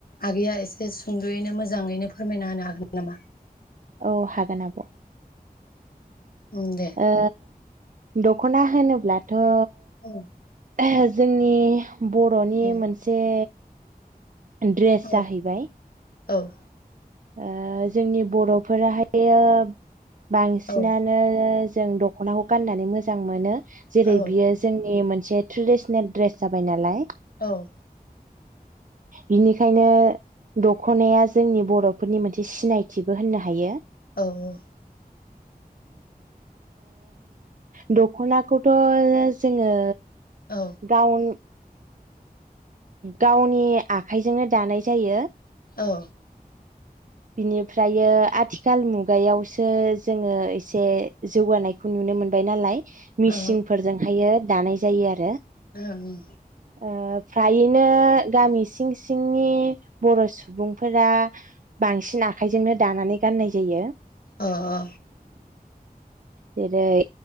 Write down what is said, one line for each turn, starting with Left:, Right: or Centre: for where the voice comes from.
Left: आगैया एसे सुंदयैनो मोजाङैनो फोरमायना होनो हागोन नामा?
Right: औ हागोन आब'
Left: उम दे
Right: ओ दख'ना होनोब्ला थ'
Left: उम
Right: <unintelligible> जोंनि बर'नि
Left: उम
Right: मोनसे ड्रेस
Left: औ
Right: जाहैबाय
Left: औ
Right: ओ जोंनि बर'फोराहायो बांसिनानो
Left: औ
Right: जों दख'नाखौ गाननानै मोजां मोनो। जेरै
Left: औ
Right: बियो जोंनि मोनसे जिहेतु ट्रेडिसनेल ड्रेस जाबाय नालाय।
Left: औ
Right: बिनिखायनो दख'नाया जोंनि बर'फोरनि मोनसे सिनायथिबो होननो हायो।
Left: औ औ
Right: दख'नाखौथ' जोङो
Left: औ
Right: दाउन गावनि आखाइजोंनो दानाय जायो।
Left: औ
Right: बिनिफ्राइ आथिखाल मुगायावसो जोङो एसे जौगानायखौ नुनो मोनबाय नालाय। मिसिंफोरजोंहायो
Left: अ
Right: दानाय जायो आरो।
Left: ओं ओं
Right: ओ फ्रायैनो गामि सिं सिंनि बर' सुबुंफोरा बांसिन आखाइजोंनो दानानै गाननाय जायो।
Left: अ अ
Right: जेरै